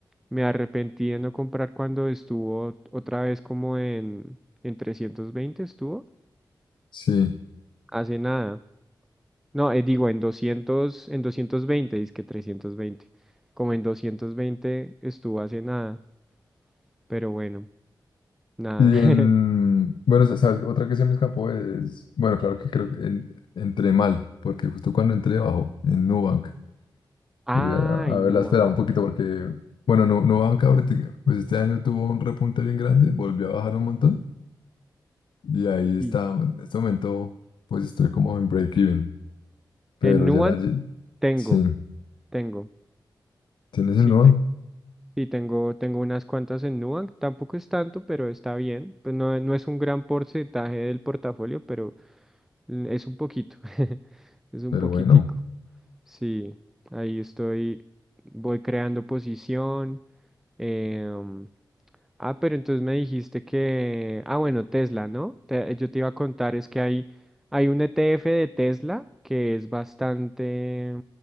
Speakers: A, in the centre; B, on the left.
A: Me arrepentí de no comprar cuando estuvo otra vez como en, en 320 estuvo
B: sí.
A: hace nada. No, eh, digo, en doscientos en doscientos veinte dice que trescientos veinte Como en 220 estuvo hace nada, pero bueno, nada.
B: Y
A: <laughs>
B: en, bueno, sa- sabes, otra que se me escapó es, bueno, claro que creo que en- entré mal, porque justo cuando entré bajó en Nubank.
A: Ah,
B: Sí, a, a
A: en
B: ver,
A: Nubank,
B: la espera un poquito porque, bueno, no, no bajan cada ahorita. Pues este año tuvo un repunte bien grande, volvió a bajar un montón. Y ahí
A: sí.
B: está, en este momento, pues estoy como en break-even. Pero
A: En Nubank
B: ya la... lle-
A: tengo,
B: Sí,
A: tengo,
B: tienes
A: sí
B: el no
A: tengo. Sí, tengo, tengo unas cuantas en Nubank, tampoco es tanto, pero está bien. Pues no, no es un gran porcentaje del portafolio, pero l- es un poquito, <laughs> es un
B: pero
A: poquitico.
B: bueno.
A: Sí, ahí estoy, voy creando posición. em, Ah, pero entonces me dijiste que, ah, bueno, Tesla, ¿no? Te- yo te iba a contar, es que hay, hay un ETF de Tesla que es bastante,